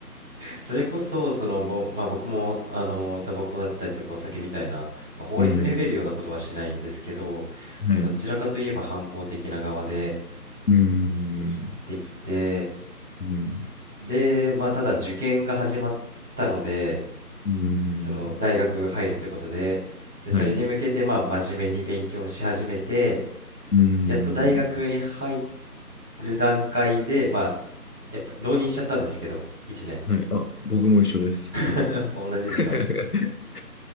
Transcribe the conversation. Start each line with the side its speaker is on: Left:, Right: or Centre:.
Centre: それこそその、ぼまあ、僕もあのタバコだったりとかお酒みたいな、まあ、法律に触れるようなことはしないんですけど、
Left: うん。はい。
Centre: まあ、どちらかといえば反抗的な側で
Left: うん。
Centre: 生きてきて
Left: うん。
Centre: でまあただ受験が始まったので
Left: うん。
Centre: その大学入るってことで、でそれに向けてまあ真面目に勉強し始めて
Left: はい。うん。
Centre: やっと大学に入る段階でまあやっぱ浪人しちゃったんですけど1年
Left: はい。あ、僕も一緒です。
Centre: あ同じですか
Left: <laughs>